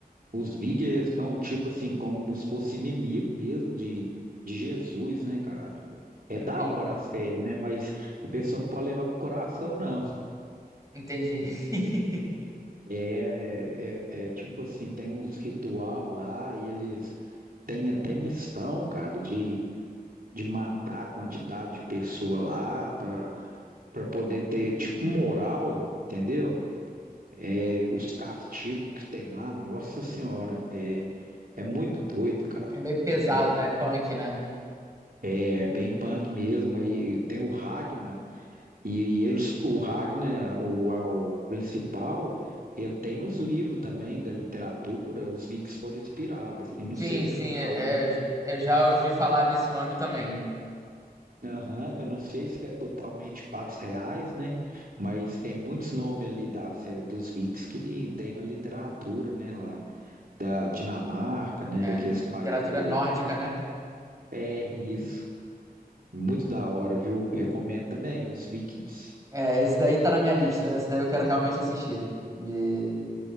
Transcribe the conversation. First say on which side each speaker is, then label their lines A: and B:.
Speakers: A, on the right; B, on the right.
A: os vikings são, tipo assim, como se fosse inimigo mesmo de, de Jesus, né, cara? É
B: Entendi.
A: da hora a série, né? Mas a pessoa não pode levar pro coração, não.
B: Entendi. <laughs>
A: É, é, é, é tipo assim, tem uns ritual lá e eles têm até missão, cara, de, de matar a quantidade de pessoa lá pra para poder ter, tipo, moral, entendeu? É, os castigos que tem lá, nossa senhora, é, é muito doido, cara.
B: É meio pesado,
A: É,
B: né? Punk, né?
A: é bem punk mesmo. E, e tem o Ragnar, e eles, o Ragnar, o, a- o principal, ele tem nos livros também da literatura, os Vikings foram inspirados. Assim, não
B: Sim,
A: sei se
B: sim,
A: é totalmente.
B: é- é- é, eu já ouvi falar nesse nome também.
A: Aham, eu não sei se é totalmente fatos reais, né? Mas tem muitos nomes ali da série dos Vikings que tem na literatura, né, lá. da Dinamarca, né,
B: É,
A: daqueles países
B: literatura
A: ali.
B: nórdica, né?
A: É isso, muito da hora, viu? Recomendo também os Vikings.
B: É, esse daí tá na minha lista. Esse daí eu quero realmente assistir. Me...